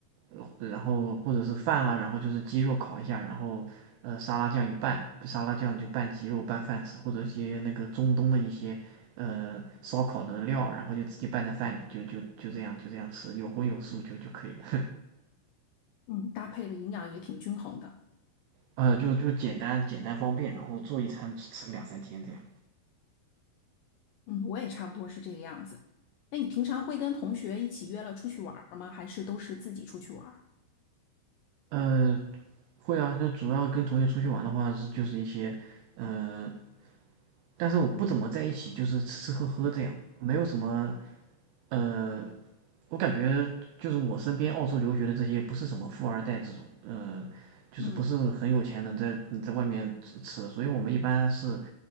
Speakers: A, on the right; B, on the left.
A: 呃然后或者是饭啊，然后就是鸡肉烤一下，然后呃沙拉酱一拌，沙拉酱就拌鸡肉拌饭吃，或者一些那个中东的一些呃烧烤的料，然后就直接拌在饭里，就就就这样就这样吃，有荤有素就就可以了。
B: 嗯，搭配的营养也挺均衡的。
A: 呃，就就简单简单方便，然后做一餐吃吃个两三天这样。
B: 嗯，我也差不多是这个样子。那你平常会跟同学一起约了出去玩儿吗？还是都是自己出去玩儿？
A: 呃，会啊，就主要跟同学出去玩的话是就是一些，呃，但是我不怎么在一起，就是吃吃喝喝这样，没有什么，呃，我感觉就是我身边澳洲留学的这些不是什么富二代这种，呃，就是不是很有钱能在在外面吃吃的，
B: 嗯，
A: 所以我们一般是